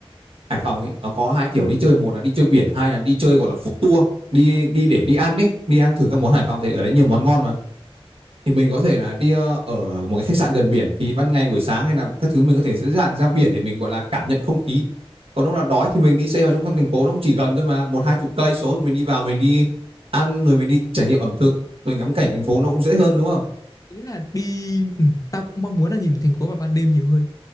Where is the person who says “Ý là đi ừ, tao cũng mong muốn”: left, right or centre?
Left